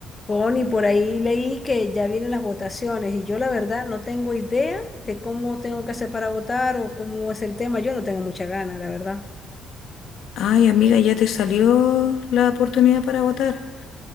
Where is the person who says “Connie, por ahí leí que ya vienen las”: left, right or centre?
Left